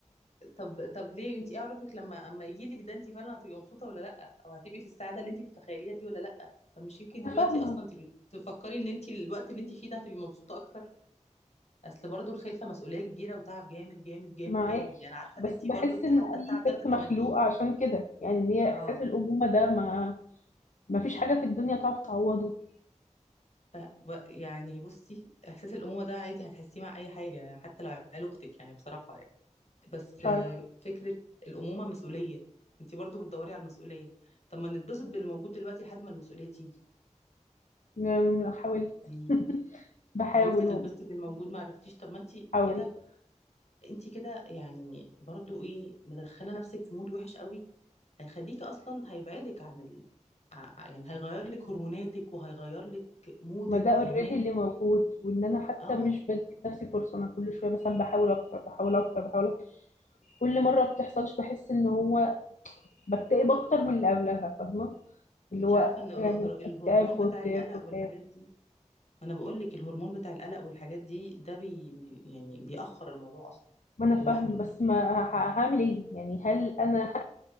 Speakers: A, on the left; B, on the left.
A: طب طب ليه انت ايه عرفك لما اما يجيلك ده انت فعلا هتبقي مبسوطه ولا لا او هتبقي في السعاده اللي انت بتتخيليها دي ولا لا طب مش يمكن
B: <laughs> أنا
A: دلوقتي
B: فاهمة
A: اصلا تبقي تفكري ان انت الوقت اللي انت فيه ده هتبقي مبسوطه اكتر اصل برضو الخلفه مسؤوليه كبيره وتعب جامد جامد جامد
B: معاكي
A: جامد يعني عارفه
B: بس
A: ان انت
B: بحس
A: برضو
B: إن
A: حتى
B: أي
A: التعب ده
B: ست
A: بتتمنيه
B: مخلوقة عشان كده يعني إن هي
A: اه
B: إحساس الأمومة ده ما ما فيش حاجة في الدنيا تعرف تعوضه
A: ف ب- يعني بصي احساس الامومه ده عادي هتحسيه مع اي حاجه حتى لو عيال اختك يعني بصراحه بس
B: مش
A: آه،
B: عارف
A: فكرة الأمومة مسؤولية انتي برضو بتدوري على المسؤولية طب ما نتبسط باللي موجود دلوقتي لحد ما المسؤولية تيجي
B: يعني حاولت
A: يعني
B: <laughs> بحاول
A: حاولتي تتبسطي
B: والله
A: بالموجود ما عرفتيش طب ما انتي
B: حاولت
A: كده انتي كده يعني برضو ايه مدخلة نفسك في مود وحش قوي هيخليكي اصلا هيبعدك عن ال... ع- يعني هيغير لك هرموناتك وهيغير لك مودك
B: ما ده اوريدي
A: فاهماني
B: اللي موجود وان انا حتى
A: اه
B: مش بدي لنفسي فرصه انا كل شويه مثلا بحاول اكتر بحاول اكتر بحاول اكتر كل مره بتحصلش بحس ان هو بكتئب اكتر من اللي قبلها فاهمه اللي
A: انتي
B: هو
A: عارفة ان الهر-
B: يعني
A: الهرمون
B: اكتئاب فوق
A: بتاع
B: اكتئاب
A: القلق
B: فوق
A: والحاجات
B: اكتئاب
A: دي ما انا بقول لك الهرمون بتاع القلق والحاجات دي ده بي بي- يعني بيأخر الموضوع اصلا
B: ما انا
A: لوحده
B: فاهم بس ما ه- هعمل ايه يعني هل انا <laughs>